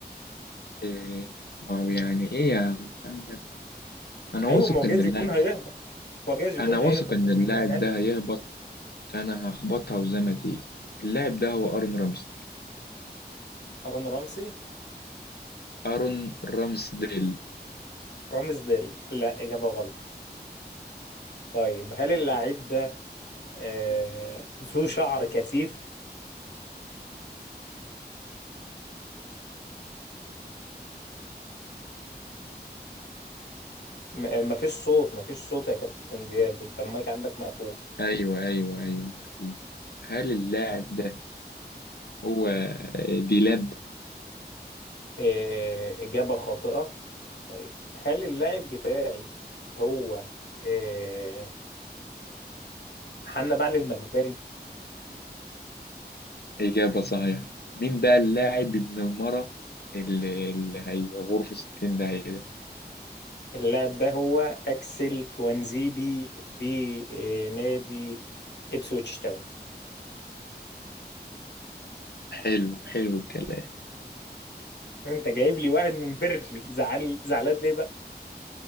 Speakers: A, on the left; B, on the left.
A: إيه ما هو يعني إيه يا محمد أنا واثق
B: ايوه ما هو
A: إن
B: جايز
A: اللاعب
B: يكون هيهبط هو جايز يكون
A: أنا واثق
B: هيهبط
A: إن
B: بس
A: اللاعب
B: انت ما سالت
A: ده هيهبط فأنا هخبطها وزي ما تيجي اللاعب ده هو أرون رامسديل
B: هارون رمسي
A: أرون رامسديل
B: رامز ديل لا اجابه غلط طيب هل اللاعب ده آه ذو شعر كثيف م- آه، ما فيش صوت ما فيش صوت يا كابتن زياد انت المايك عندك مقفول
A: أيوة أيوة أيوة أيوة هل اللاعب ده هو آه، ديلاب
B: آه اجابه خاطئه طيب هل اللاعب بتاعي هو آه حنا بعل المجبري
A: إجابة صحيحة مين بقى اللاعب ابن المرة اللي, اللي هي غرفة 60 ده ده
B: اللاعب ده هو اكسل توانزيبي في آه نادي ابسويتش تاون
A: حلو حلو الكلام
B: انت جايب لي واحد من بيركلي زعل زعلان ليه بقى